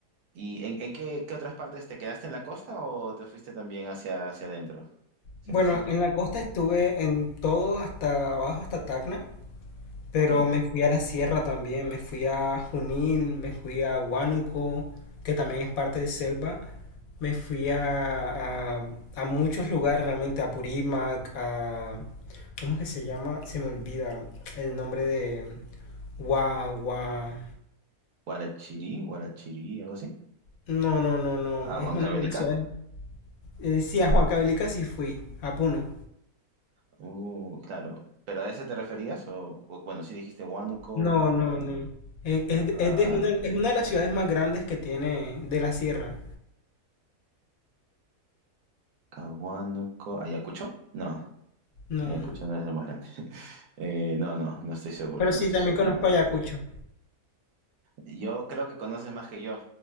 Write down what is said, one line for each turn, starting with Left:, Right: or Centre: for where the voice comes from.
Right: ¿Y en, en qué, qué otras partes? ¿Te quedaste en la costa o te fuiste también hacia, hacia adentro, hacia
Left: Bueno,
Right: la sierra?
Left: en la costa estuve en todo hasta abajo, hasta Tacna. Pero
Right: Ok.
Left: me fui a la sierra también, me fui a Junín, me fui a Huánuco, que también es parte de selva. Me fui a, a, a muchos lugares realmente, a Purímac, a... ¿Cómo que se llama? Se me olvida el nombre de... Gua, Gua-
Right: Guarachirí, Guarachirí, algo así.
Left: No, no, no, no.
Right: Ah,
Left: Es
Right: Huancavelica.
Left: una de las ciudades... Eh, sí, a Huancavelica sí fui, a Puno.
Right: Uh, claro. ¿Pero a ese te referías? O, o- bueno, sí dijiste Huánuco,
Left: No,
Right: Gua,
Left: no, no. Es, es-
Right: Gua-
Left: es de- es una, es una de las ciudades más grandes que tiene de la sierra.
Right: Cahuánuco, ¿Ayacucho? No,
Left: No.
Right: Ayacucho no es el más grande. Eh, no, no, no estoy seguro,
Left: Pero sí,
Right: no estoy
Left: también
Right: seguro.
Left: conozco Ayacucho.
Right: Yo creo que conoces más que yo,